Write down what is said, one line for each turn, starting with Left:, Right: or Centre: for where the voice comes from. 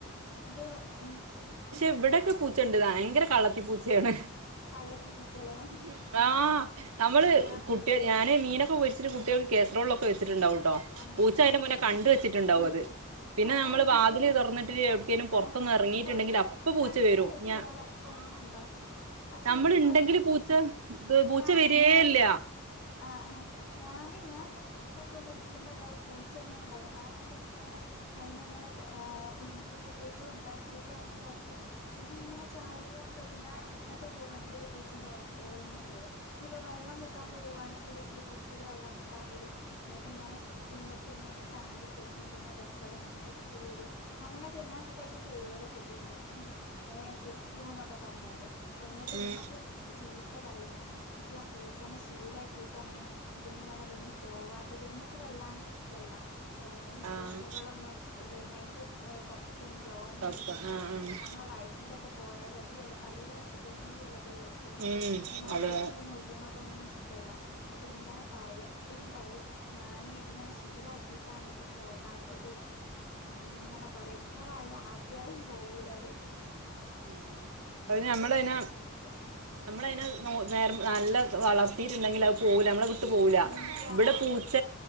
Left: ത് ഉം
Right: ഇവ്ടെക്കെ പൂച്ചെണ്ട് ദയങ്കര കളളത്തി പൂച്ചേണ്
Left: കള്ളത്തി പൂച്ചലേ
Right: ഉം ആ നമ്മള്
Left: ആഹ്
Right: കുട്ടി ഞാന് മീനൊക്കെ പൊരിച്ചിട്ട് കുട്ട്യേൾക്ക് കേ എത്രക്ക ുണ്ടട്ടോ
Left: ആഹ്
Right: പൂച്ചായെ
Left: ഇൻക്ക്
Right: കണ്ട
Left: ഉം
Right: വെച്ചിട്ടുണ്ടാവും
Left: ഉം
Right: അത് പിന്നെ
Left: അതാണ്
Right: നമ്മ തുറന്നി് എവിടേലും പുറത്തന്ന്
Left: ആഹ്
Right: ഇറങ്ങിട്ടുണ്ടെങ്കി
Left: പൊറത്ത്
Right: അപ്പ പൂച്ച
Left: കണ്ണ്
Right: വരും
Left: വെട്ടിയാലപ്പം
Right: ഞ ആ
Left: ഇതാക്കും പക്ഷെ
Right: നമ്മള്ണ്ടെങ്കില്
Left: ഇൻക്ക് ഭയ
Right: പൂച്ച പൂച്ച
Left: ഞാന്
Right: വരേ ഇല്ല.
Left: ആഹ് ആ ഞാന് ഞാൻ ഇങ്ങനെ മീനൊ മുറിക്കുമ്പോണ്ടാവും പൂച്ച എങ്ങനെ ഉണ്ടാവും ഞാങ്ങട്ട് ഇങ്ങനെ അതിനെ എങ്ങനെ ഉഞ്ഞിട്ടട്ടും ഉാക്ക താക്കിയിട്ടും അതിന താക്കിയിട്ടും പിന്നെ ഇങ്ങനെ ചാരി കൊണ്ട് നോക്കും ഞാൻ എങ്ങട്ട പോവാണെങ്കി ഒരു പൂച്ചെന്റെ വൈത്തേ ഇങ്ങനെ വരും. ഇപ്പൊ വെള്ളം മുക്കാ പോവാണെങ്കിലും ഇന്റെ കൂട്ടത്തി വള്ളം മുക്കാൻ വരും. എന്നിട്ട് ഇങ്ങനെ ഇന്നടുത്ത്ങ്ങനെ ചാരി കെടക്കും പിന്നെ അതേപോലെ ഇങ്ങനെ തിരിച്ച വരും അങ്ങനെയൊക്കെ ഞാൻ കേട്ട് അതിന്റെ പേരൊക്കെ ഇട്ടീന ഏഹ്ശുട്ടൂന്നൊക്കെ പറഞ്ഞണ്ടേ പ എങ്ങിട്ട്
Right: ഉം
Left: ഇമ്മൊക്കെ ചി പറുന്നേ ാ പൂജ ില ീട്ടാണ് ഇത് ഇങ്ങനെ ഇവിടുന്ന് പോവാത്തത് മ്മക്ക് വല്ലാണ്ട് ഇഷ്ടല്ല. ഏ ഈ
Right: ആഹ്
Left: പൂച്ചകളൊന്നും പിന്നെ ആ <unintelligible> ഉപ്പും രോമും
Right: കപ്പ
Left: ഇതൊക്കെ
Right: ആഹ് ആഹ്
Left: നമ്മളെ വയറ്റിലൊക്കെ പോയാലും അതും അല്ല പലേ അസുഖങ്ങളും ഉള്ള അതല്ല ഇപ്പൊ
Right: ഉം
Left: അപ്പൊ ഞാൻ
Right: അതെ
Left: തൊട്ട് മൊയ്യണതൊന്നും ഇഷ്ട ല്ല എന്നട്ട് ഇങ്ങനെ പറയും എപ്പയും പറയും ഞാന് അങ്ങന ശീലാക്കിയിട്ടാണ് ഇത് പോകാത്തത് ഇങ്ങനെ പറയും ഇത്രായല്ല ആട്ടിയാലും പോവൂലത്െ
Right: ഉ അ നഞമ്മളനെ
Left: മുറിക്കണ സമയത്ത്
Right: നമ്മളനെ നേരം നല്ല വളർ ട്ടുണ്ടെങ്കിൽ പോക നമ്മ പോവൂല
Left: ഇല്ല്യ
Right: ഇവിട പൂച്ച